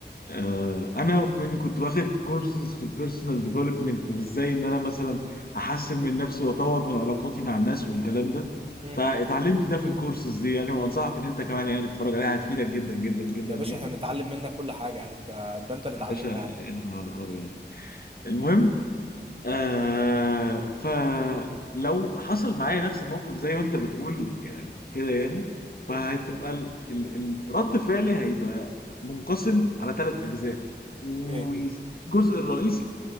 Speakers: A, on the left; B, on the right.
A: آه انا كنت كنت واخد كورسز في البيرسونال ديفلوبمنت وازاي ان انا مثلا احسن من نفسي واطور من علاقاتي مع الناس والكلام ده
B: مم.
A: فاتعلمت ده في الكورسز دي يعني وانصحك ان انت كمان يعني تتفرج عليها هتفيدك جدا جدا جدا
B: يا باشا
A: يعني
B: احنا بنتعلم منك كل حاجه يعني انت ده انت اللي اتعلمنا
A: يا باشا
B: يعني
A: يا نهار ابيض المهم آه فلو حصل معايا نفس الموقف زي ما انت بتقول يعني كده يعني فهتبقى
B: مم.
A: ال... ال... الرد فعلي هيبقى منقسم على ثلاث اجزاء والجزء
B: اوكي
A: الرئيسي